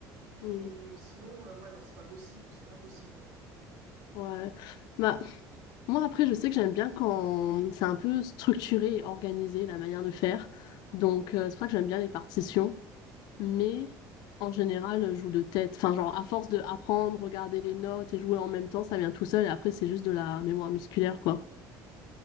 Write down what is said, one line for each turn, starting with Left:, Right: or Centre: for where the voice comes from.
Right: mais
Left: Mm.
Right: euh, sinon, euh, ouais, non, c'est pas possible, c'est impossible.
Left: Ouais. Bah, moi, après, je sais que j'aime bien quand c'est un peu structuré et organisé la manière de faire. Donc, euh, c'est pour ça que j'aime bien les partitions. Mais en général, je joue de tête. Enfin, genre, à force de apprendre, regarder les notes et jouer en même temps, ça vient tout seul. Et après, c'est juste de la mémoire musculaire, quoi.